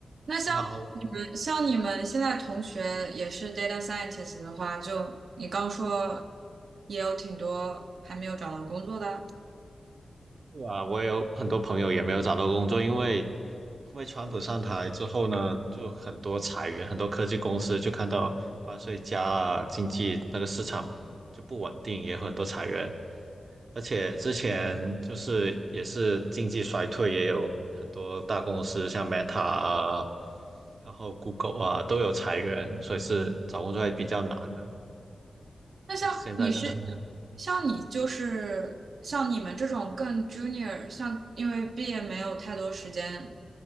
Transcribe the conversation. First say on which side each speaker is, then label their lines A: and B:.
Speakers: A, on the right; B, on the right.
A: 那像你们像你们现在同学也是
B: 你好，
A: data scientist 的话，就你刚说也有挺多还没有找到工作的。
B: 啊，我有很多朋友也没有找到工作，因为因为川普上台之后呢，就很多裁员，很多科技公司就看到关税加啊，经济那个市场就不稳定，也很多裁员，而且之前就是也是经济衰退，也有很多大公司像 Meta 啊，然后 Google 啊都有裁员，所以是找工作还比较难的，
A: 那像你是
B: 就是现在都还。
A: 像你就是像你们这种更 junior，像因为毕业没有太多时间，